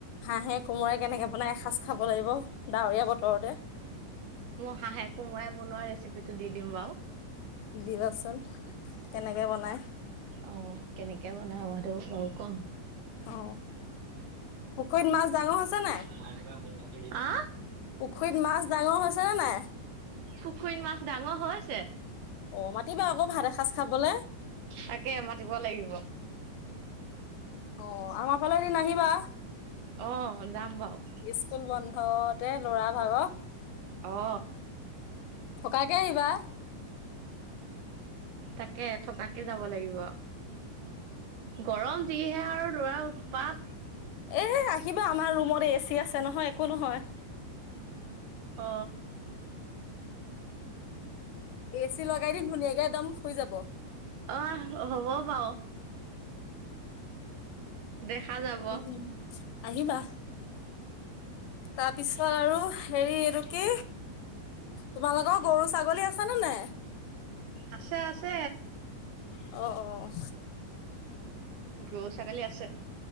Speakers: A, on the left; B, on the right.
A: হাঁহে কোমোৰা কেনেকে বনাই এসাঁজ খাব লাগিব ডাৱৰীয়া বতৰতে।
B: মই হাঁহে কোমৰা বনোৱা ৰেচিপি টো দি দিম বাৰু।
A: দি দিবাচোন কেনেকে বনাই।
B: অ, কেনেকে বনাও আৰু বাৰু কম।
A: অ, পুখুৰীত মাছ ডাঙৰ আছে নাই।
B: <unintelligible> আহ',
A: পুখুৰীত মাছ ডাঙৰ হৈছে নে নাই।
B: পুখুৰত মাছ ডাঙৰ হৈছে।
A: অ' মাতিবা আকৌ ভাত এসাঁজ খাবলে।
B: তাকে মাতিব লাগিব।
A: অ, আমাৰ ফালে এদিন আহিবা।
B: অ, যাম বাৰু।
A: স্কুল বন্ধতে ল'ৰা ভাগৰ।
B: অ,
A: থকাকে আহিবা।
B: তাকে থকাকে যাব লাগিব আৰু। গৰম যিহে আৰু ল'ৰা উৎপাত।
A: এ আহিবা আমাৰ ৰুমত এচি আছে নহয় একো নহয়।
B: অ,
A: এচি লগাই দিম ধুনীয়াকে একদম শুই যাব।
B: আহ হ'ব বাৰু। দেখা যাব
A: উম, আহ আহিবা। তাৰ পিছত আৰু হেৰি এইটো। কি? তোমালোকৰ গৰু ছাগলী আছ নে নাই।
B: আছে আছে।
A: অ, অ,
B: গৰু ছাগলী আছে।